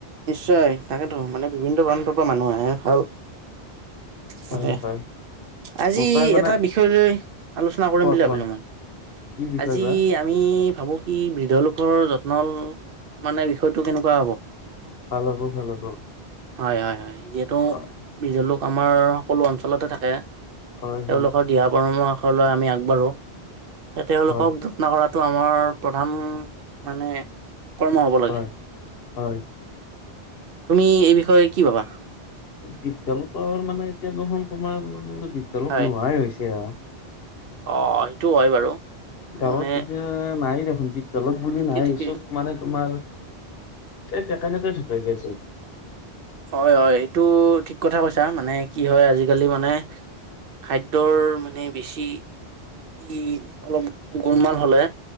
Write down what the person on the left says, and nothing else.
হয়, হয়।
মতাই মানে
কোৱা
কোৱা
কি বিষয়
বা
ভাল হ'ব, ভাল হ'ব।
হয়
হয়
হয়
হয়
হয় হয়।
বিদ্যলতৰ মানে এতিয়া দেখোন তোমাৰ বিদ্যলত তোমাৰ
নোহাই হৈছে আ'।
গাঁৱত
এতিয়া নাই দেখোন বিদয়ালয় বুলি
নাই
চব মানে তোমাৰ এই তেেইকাৰণে তই ঢুকাই গৈছ